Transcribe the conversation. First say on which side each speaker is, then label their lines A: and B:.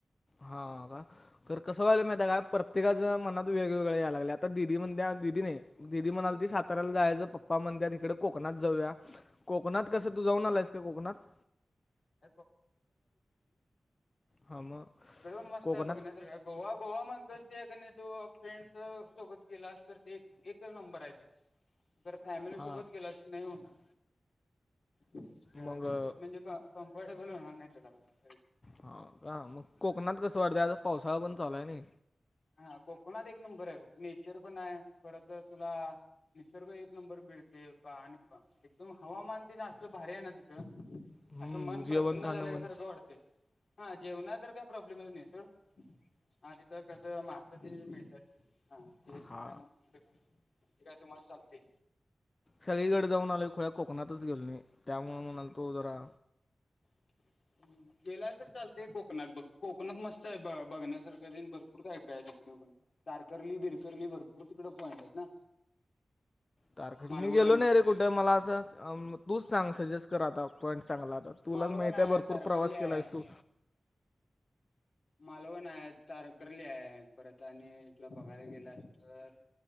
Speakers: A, on the left; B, on the left.
A: हा का तर कसं वालं माता का प्रत्येका मनात वेगवेग या लाग आतादी म्हण दीदी म्हणाली ती सातारया ला जायचं पापा म्हणतेत इकडे कोकणात जाऊया कोकणात कसं तू जाऊन आलायस का कोकणात
B: <unintelligible>
A: हा मग
B: तकडेन मस्त
A: कोकणात
B: आहे बघण्यासारख गोवा गोवा म्हणत त्या तो फ्रेंड् सोबत गेला अस तर ते एक नंबर आहे ते तर फॅमिलीसोबत
A: हा
B: गेला की नाही होणार व्यवस्थित
A: मग अं,
B: म्हणजे कम्फर्टेबल होणार नाय तुला पण
A: हा का मग कोकणात कस अर्ध्या आ पावसाळा पण चालू आहे ना
B: हा कोकणात एक नंबर आहे नेचर पण आहे खर तर तुला निसर्ग एक नंबर पिळते प आणि प एकदम हवामान ते ना असत भारी आहे ना तिथं
A: हम्म
B: असं मन प्रसन्न
A: जेवण खाणं
B: झाल्या
A: म्हण
B: का सारखं वाटते हा जेवणा तर काही प्रॉब्लेमच नाही सोड हा तिथं कस मासा ती मिळतात हा ते त्यामु
A: हा
B: ते काय तुम्हाला चालते
A: सगळीकडे जाऊन आलो खोळ्या कोकणातच गेल नाही त्यामुळे म्हणाल तो जरा
B: <unintelligible> गेलाय तरर चालतय कोकणात बघ कोकणात मस्त आहे ब बघण्यासारखं दे भरपूर काय काय आहे तिकड तारकर्ली बिरकर्ली भरपूर तिकड पॉइंट आहेत ना
A: तारख
B: मालवण
A: मी गेलो नाही रे कुठे मला असं तूच सांग सजेस्ट कर आता चांगला आता तुला
B: मालवण
A: माहित आहे भरपूर
B: तारकर्ली
A: प्रवास
B: आहे
A: केलाय तो
B: मालवण आहे तारकर्ली आहे. परत आणि तथलं बघायला गेलं अस तर